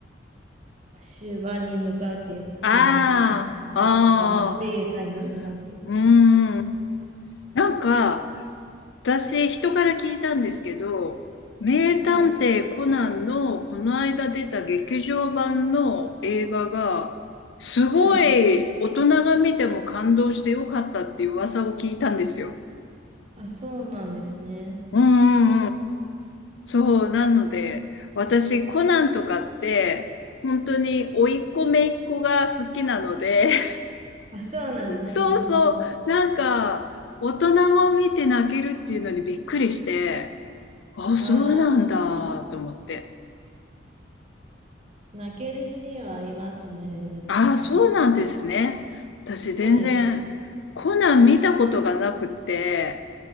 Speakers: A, on the right (about 35°); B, on the left (about 75°).
A: 終盤に向かうっていうんですかね。
B: うああ、
A: あるのかなっていう感じありますけどね。
B: あーうーん。なんか、私、人から聞いたんですけど、名探偵コナンのこの間出た劇場版の映画が、
A: はい。
B: すごい大人が見ても感動してよかったっていう噂を聞いたんですよ。
A: はい。あ、そうなんですね。
B: うんうんうん。そう、なので、私、コナンとかって、本当に甥っ子姪っ子が好きなので、<laughs>
A: あ、そうなんですね。
B: そうそう、なんか、大人も見て泣けるっていうのにびっくりして、あ、
A: ああ、
B: そうなんだと思って。
A: でも、泣けるシーンはありますね。でも。
B: ああ、そうなんですね。私全然コナン見たことがなくて、
A: そうですね。